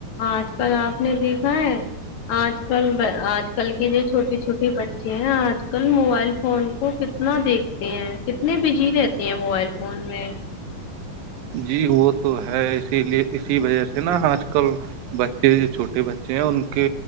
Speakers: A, on the left; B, on the right.
A: آج کل آپ نے دیکھا ہے آج کل آج کل کی جو چھوٹی چھوٹی بچے ہیں آج کل موبائل فون کو کتنا دیکھتے ہیں کتنے بجی رہتے ہیں موبائل فون میں
B: جی وہ تو ہے اسی لیے اسی وجہ سے نا آج کل بچے جو چھوٹے بچے ہیں ان کے